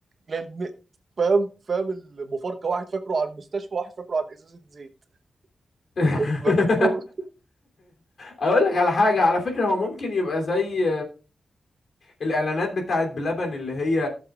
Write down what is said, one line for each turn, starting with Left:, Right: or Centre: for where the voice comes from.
Right: لان فاهم فاهم المفارقه واحد فاكره على المستشفى واحد فاكره على ازازه زيت
Left: <laughs>
Right: مفيش فرق
Left: اقول لك على حاجة على فكرة هو ممكن يبقى زي الاعلانات بتاعت بلبن اللي هي